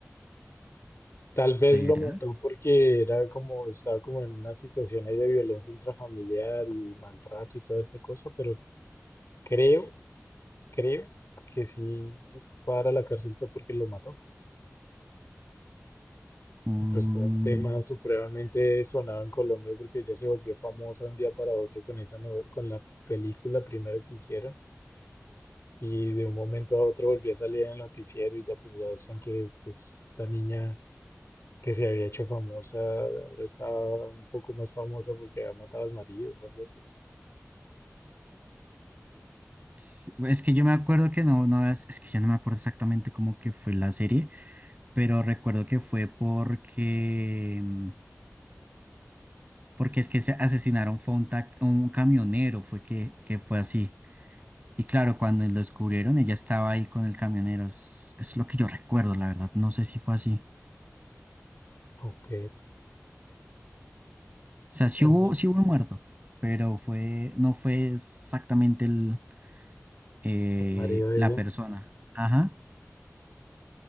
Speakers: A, on the left; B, on the right.
A: Tal
B: ¿Será?
A: vez lo mató porque era como, estaba como en una situación ahí de violencia intrafamiliar y maltrato y toda esta cosa, pero creo, creo que sí fue a la cárcel fue porque lo mató.
B: Mm,
A: Y Pues fue un tema supremamente sonado en Colombia porque ella se volvió famosa un día para otro con esa novela, con la película primero que hicieron y de un momento a otro volvió a salir en el noticiero y ya pues ya decían que pues, esta niña que se había hecho famosa, ahora está un poco más famosa porque había matado al marido o algo así.
B: sí, es que yo me acuerdo que no, no, es, es que yo no me acuerdo exactamente cómo que fue la serie, pero recuerdo que fue porque... mm, porque es que se asesinaron fue un, tac- un camionero, fue que, que fue así. Y claro, cuando lo descubrieron, ella estaba ahí con el camionero. Es, es lo que yo recuerdo, la verdad. No sé si fue así.
A: Ok,
B: O sea, sí
A: a
B: hubo,
A: mí,
B: sí hubo un muerto, pero fue, no fue exactamente el, eh,
A: el marido de
B: la
A: ella,
B: persona. Ajá.